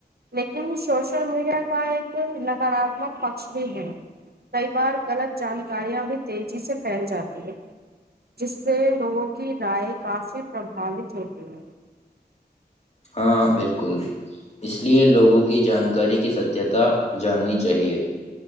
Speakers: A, on the right; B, on the left.
A: لیکن سوشل میڈیا کا ایک نکاراتمک پکش بھی ہے کئی بار غلط جانکاریاں بھی تیزی سے پھیل جاتی ہے جس سے لوگوں کی رائے کافی پرباوت ہوتی ہے
B: ہاں بالکل اس لیے لوگوں کی جانکاری کی ستیہتا جاننی چاہیے